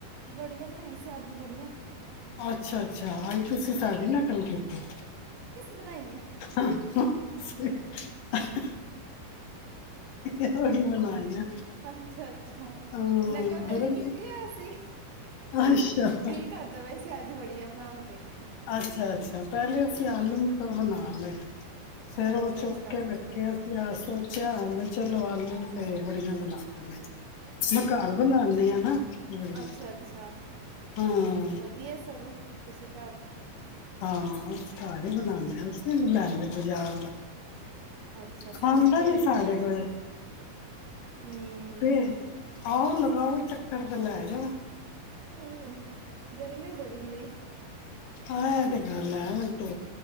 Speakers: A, on the right (about 80°); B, on the left (about 75°).
A: ਵੜੀਆ ਬਣਾਈ ਸੀ, ਆਲੂ ਵੜੀਆ।
B: ਅੱਛਾ ਅੱਛਾ ਹੌਣ ਤੁਸੀਂ ਸਾਡੀ ਨਕਲ ਕੀਤੀ।
A: ਬਣਾਈਏ।
B: ਸਹੀ ਚ ਉਹੀ ਬਣਾਈਆਂ
A: ਅੱਛਾ ਅੱਛਾ
B: ਹਾਂ
A: ਨਕਲ ਤੇ
B: ਬੜਾ
A: ਨੀ ਕੀਤੀ ਐ ਸੀ।
B: ਅੱਛਾ
A: ਦਿਲ ਕਰਦਾ ਪਿਆ ਸੀ। ਤੇ ਅੱਜ ਵੜੀ ਐ ਬਣਾਨ ਤੇ।
B: ਅੱਛਾ ਅੱਛਾ ਪਹਿਲੇ ਅਸੀਂ
A: ਹਮ
B: ਆਲੂ ਮਟਰ ਬਣਾ ਅਮ ਫੇਰ
A: ਅੱਛਾ
B: ਉਹ ਚੁੱਕ
A: ਅੱਛਾ
B: ਕੇ ਵੇਖਿਆ ਅ ਸੋਚਿਆ ਬਈ ਚਲੋ ਆਲੂ ਤੇ ਬੜੀਆਂ ਬਣਾਲੌ। ਮੈਂ ਘਰ ਬਣਾਉਣੇ ਐ। ਹੈ ਨਾ, ਬੜੀਆਂ
A: ਅੱਛਾ-ਅੱਛਾ
B: ਹਾਂ
A: ਵਧੀਆ ਸਗੋਂ ਤੁਸੀਂ ਕਰ
B: ਹਾਂ ਘਰ ਹੀ ਬਣਾਣੈ। <unintelligible> ਨੀ ਲੈਂਦੇ ਬਾਜ਼ਾਰ ਦਾ
A: ਅੱਛਾ ਸਾਨੂੰ
B: ਖਾਂਦਾ
A: ਵੀ ਭੇਜ
B: ਨੀ ਸਾਡੇ
A: ਨਾ ਕਦੀ।
B: ਕੋਲ <unintelligible>
A: ਹੂੰ,
B: ਆਓ ਲਗਾਓ ਚੱਕਰ ਤੇ ਲੈਜੋ।
A: ਏਏ ਗਰਮੀ ਬੜੀ ਵੇ।
B: ਹਾਂ ਐ ਇਹ ਤੇ ਗੱਲ ਹੈ। <unintelligible>